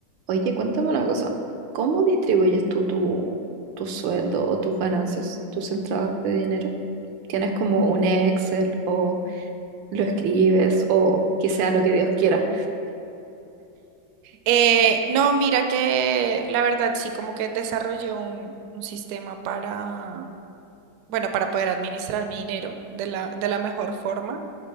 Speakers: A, on the right (about 80°); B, on the right (about 70°).
A: Oye, cuéntame una cosa. ¿Cómo distribuyes tú tu, tu sueldo o tus ganancias, tus entradas de dinero? ¿Tienes como un Excel o lo escribes o que sea lo que Dios quiera?
B: Eh, no, mira que la verdad sí, como que desarrollé un, un sistema para, bueno, para poder administrar mi dinero de la, de la mejor forma.